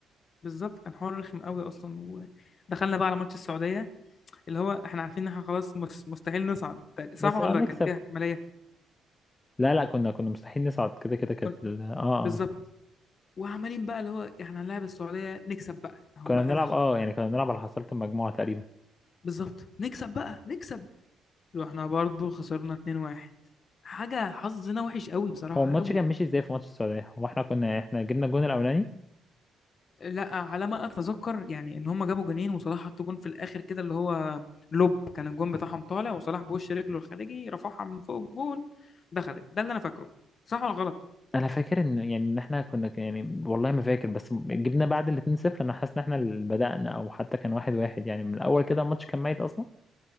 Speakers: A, on the left (about 50°); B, on the left (about 25°).
A: بالظبط كان حوار رخم قوي اصلا ودخلنا بقى على ماتش السعودية اللي هو احنا عارفين ان احنا خلاص مس- مستحيل نصعد تق- صح
B: بس
A: ولا
B: اه نكسب
A: كان فيها احتماليه
B: لا لا كنا كنا مستحيل نصعد كده كده كانت
A: كن-
B: ال- اه
A: بالظبط
B: اه
A: وعمالين بقى اللي هو احنا هنلاعب السعوديه نكسب بقى اهو
B: كنا
A: بقى
B: بنلعب
A: ده خ-
B: اه يعني كنا بنلعب على حصيلة المجموعة تقريبا
A: بالظبط نكسب بقى نكسب واحنا برضو خسرنا 2-1 حاجه حظنا وحش قوي بصراحه
B: هو الماتش
A: قوي
B: كان ماشي ازاي في ماتش السعودية هو احنا كنا احنا جبنا الجون الاولاني
A: لا على ما اتذكر يعني ان هم جابوا جونين وصلاح حط جون في الاخر كده اللي هو لوب كان الجون بتاعهم طالع وصلاح بوش رجله الخارجي رفعها من فوق الجون دخلت ده اللي انا فاكره صح ولا غلط
B: انا فاكر ان يعني ان احنا كنا ك- يعني والله ما فاكر بس جبنا بعد الاتنين صفر انا حاسس ان احنا اللي بدأنا او حتى كان واحد واحد يعني من الاول كده الماتش كان ميت اصلا